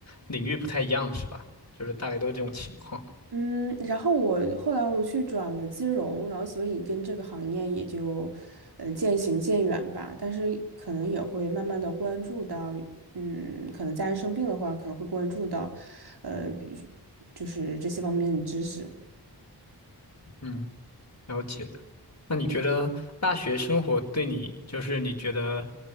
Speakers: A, on the left; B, on the right.
A: 领域不太一样，是吧？就是大概都是这种情况。
B: 嗯，然后我后来我去转了金融，然后所以跟这个行业也就，嗯，渐行渐远吧。但是可能也会慢慢的关注到，嗯，可能家人生病的话，可能会关注到，呃，比就是这些方面的知识。
A: 嗯。了解的。那你觉得大学生活对你，就是你觉得，